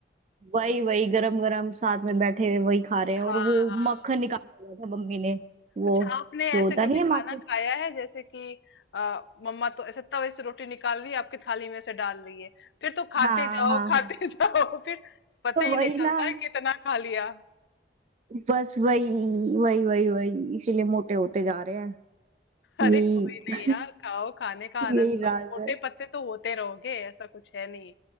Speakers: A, on the right; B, on the left.
A: वही वही गरम गरम साथ में बैठे हुए वही खा रहे हैं
B: हाँ
A: और वो
B: हाँ
A: मक्खन निकाला हुआ था मम्मी ने वो
B: अच्छा आपने ऐसे
A: जो होता
B: कभी
A: नहीं है
B: खाना
A: माखन
B: खाया है जैसे कि आ, मम्मा तो ऐसे तवे से रोटी निकाल रही है आपकी थाली में से डाल रही है फिर तो खाते
A: हाँ
B: जाओ
A: हाँ
B: खाते
A: हाँ
B: <laughs> जाओ फिर पता
A: तो
B: ही
A: वही
B: नहीं चलता
A: ना
B: है कितना खा लिया
A: बस वही वही वही वही इसीलिए मोटे होते जा रहे हैं
B: अरे
A: यही
B: कोई नहीं यार खाओ खाने का आनंद
A: यही राज
B: लो मोटे
A: है
B: पत्ते तो होते रहोगे ऐसा कुछ है नहीं